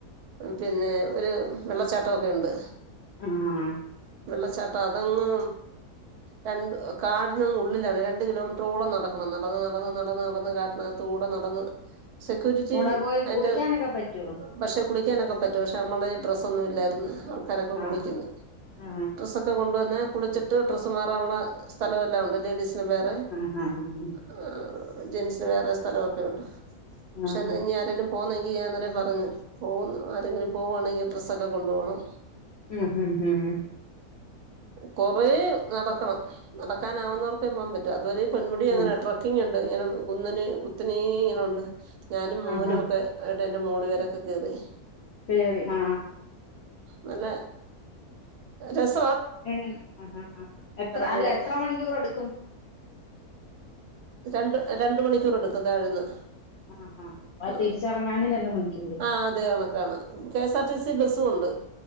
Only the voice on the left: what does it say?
ആഹ്
ഓടെ പോയി
കുളിക്കാനൊക്കെ പറ്റോ
ആ
ആ
ഇത്. ആ ആ ആ ആ.
ഉം
ഉം ഹം ഹം ഉ <unintelligible>
ഉം.
ആ
ആ
കയറി ആ
എ ആ ആ എത്ര അല്ല
എത്ര മണിക്കൂർ എട്
ആ അപ്പൊ
തിരിച്ചിറങ്ങാനും രണ്ട് മണിക്കൂറ്